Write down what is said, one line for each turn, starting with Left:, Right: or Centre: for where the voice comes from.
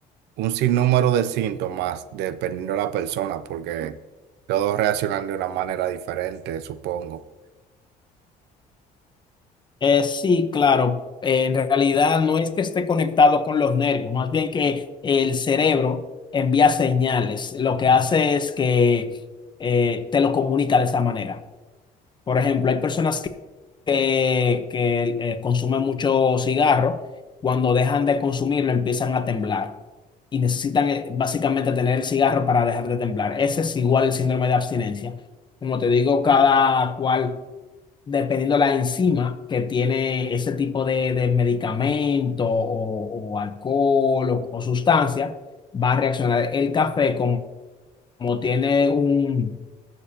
Right: un sinnúmero de síntomas dependiendo de la persona, porque todos reaccionan de una manera diferente, supongo.
Left: Eh, sí, claro. Eh, en realidad no es que esté conectado con los nervios, más bien que el cerebro envía señales. Lo que hace es que eh, te lo comunica de esa manera. Por ejemplo, hay personas que, que eh, consumen mucho cigarro, cuando dejan de consumirlo empiezan a temblar y necesitan eh, básicamente tener el cigarro para dejar de temblar. Ese es igual el síndrome de abstinencia. Como te digo, cada cual dependiendo la enzima que tiene ese tipo de, de medicamento o, o alcohol o, o sustancia, va a reaccionar. El café, como, como tiene un-